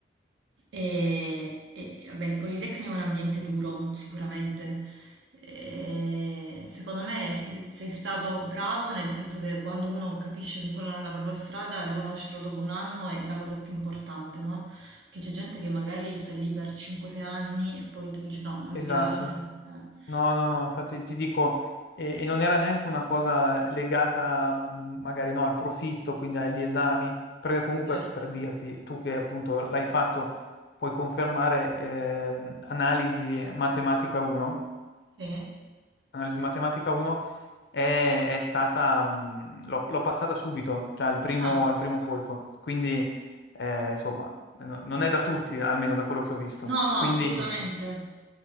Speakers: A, on the right (about 80°); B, on the left (about 60°).
A: E, e- e, vabbè, il Politecnico è un ambiente duro, sicuramente. E secondo me se- sei stato bravo nel senso che quando uno capisce che quella non è la propria strada, riconoscerlo dopo un anno è la cosa più importante, no? Perché c'è gente che magari sta lì per 5-6 anni e poi dopo dice no, non
B: esatto.
A: mi piace. Eh.
B: No, no, no, infatti ti dico, e, e non era neanche una cosa legata mh, magari no, al profitto, quindi agli esami, perché comunque
A: Certo.
B: per dirti, tu che appunto l'hai fatto, puoi confermare ehm, analisi matematica 1
A: Sì?
B: analisi matematica 1 è, è stata, mh, l'ho l'ho passata subito, cioè al primo,
A: Ah,
B: al primo colpo. Quindi, eh, insomma, no- non è da tutti, almeno da quello che ho visto.
A: no, no,
B: Quindi,
A: assolutamente.